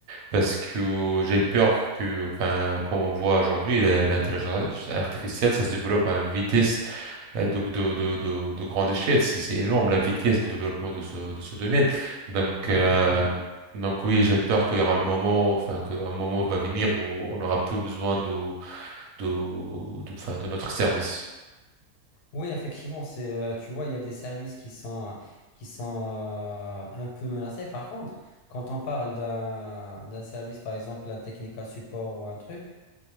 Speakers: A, on the right (about 70°); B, on the left (about 85°).
A: parce que j'ai peur que, enfin, comme on voit aujourd'hui, la- l'intelligence artificielle, ça se développe à une vitesse Ouais, donc de, de, de, de grande échelle, c'est c'est énorme la vitesse de
B: Ouais,
A: développement de ce, de ce domaine. Donc,
B: ouais,
A: euh,
B: effectivement.
A: donc oui, j'ai peur qu'il y aura le moment, enfin, qu'un moment va venir où on aura peu besoin de, de, de, enfin, de notre service.
B: Oui, effectivement, c'est, euh, tu vois, il y a des services qui sont, qui sont euh, un peu menacés. Par contre, quand on parle d'un d'un service, par exemple, un Technica Support ou un truc,